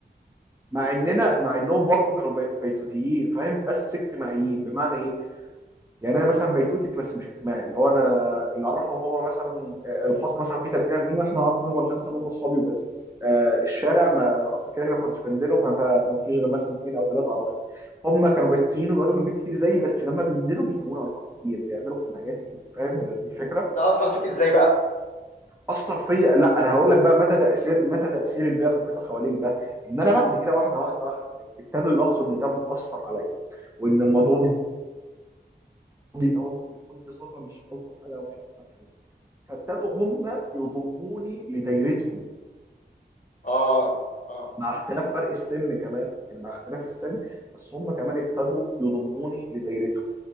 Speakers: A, on the right; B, on the left.
A: مع اننا
B: مم.
A: مع انهم برضو كانوا بي- بيتوتيين فاهم بس اجتماعيين بمعنى ايه يعني انا مثلا بيتوتي بس مش اجتماعي اللي هو انا اللي اعرفهم هو مثلا آه، الفصل مثلا فيه 30 40 واحنا عارف منهم الخمسه اللي هم اصحابي وبس آه، الشارع
B: مم.
A: ما اصلا كده كده ما كنتش بنزلهم ف- فما فيش غير مثلا اثنين او ثلاثه اعرفهم هم كانوا بيتوتيين وبيقعدوا في البيت كتير زيي بس لما بينزلوا بيكونوا علاقات كتير بيعملوا اجتماعيات كتير فاهم الفكره
B: ده اثر فيك ازاي بقى
A: اثر فيا لا انا هقول لك بقى متى تاثير متى تاثير البيئه المحيطه حواليك ده ان انا بعد كده واحده واحده واحدة ابتدوا يلاحظوا ان ده مأثر عليا وان الموضوع دي دي- ان هو ممكن يكون دي صفه مش الطف حاجه او مش احسن حاجه فابتدوا هم يضموني لدايرتهم
B: اه اه
A: مع اختلاف فرق السن كمان يعني مع اختلاف السن بس هم كمان ابتدوا يضموني لدايرتهم